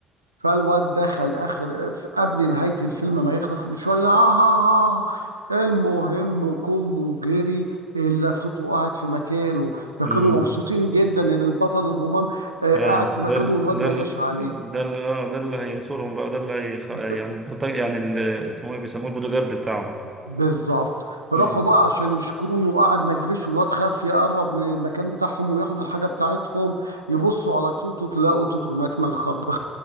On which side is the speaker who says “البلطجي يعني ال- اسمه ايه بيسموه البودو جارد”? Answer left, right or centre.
Right